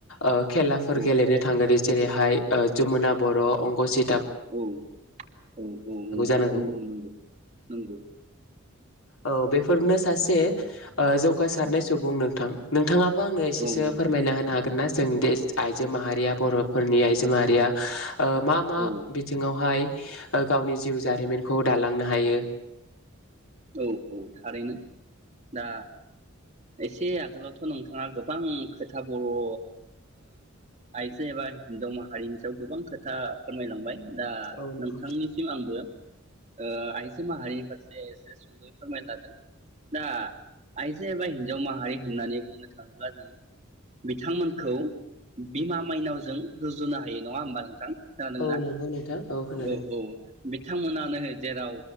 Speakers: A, on the left; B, on the right.
A: ओ खेलाफोर
B: औ
A: गेलेनो थांङोदि जेरैहाय जमुना बर' अंग'जि
B: औ औ औ औ
A: जानांगौ।
B: नंगौ नंगौ नंगौ ।
A: औ बेफोरनो सासे ओ जौगासारनाय
B: औ
A: सुबुं नोंथां । थाङाबो आंनो एसे
B: औ
A: सो
B: नंगौ
A: फोरमायना होनो हागोन ना? जों दे आइजो माहारिया बर'फोरनि आइजो माहारिया ओ मा मा
B: औ
A: बिथिङावहाय गावनि जिउ जारिमिनखौ दालांनो हायो ।
B: औ औ थारैनो दा एसे आगोलावथ' नोंथाङा गोबां खोथा बर' ओ आइजो एबा हिनजाव माहारिनि सायाव गोबां खोथा फोरमायलांबाय । दा
A: औ नंगौ
B: नोंथांनिसिम
A: नोंथां
B: आंबो ओ आयजो माहारिनि फारसे सुंद'यै फोरमाय लादों दा आइजो एबा हिनजाव माहारि होननानै बुंनो थाङोब्ला जों बिथांमोनखौ बिमा माइनावजों रुजुनो हायो नङा होमबा नोंथां खोनादोंना
A: औ नंगौ नोंथां खोनादों
B: औ औ । बिथांमोनानो जेराव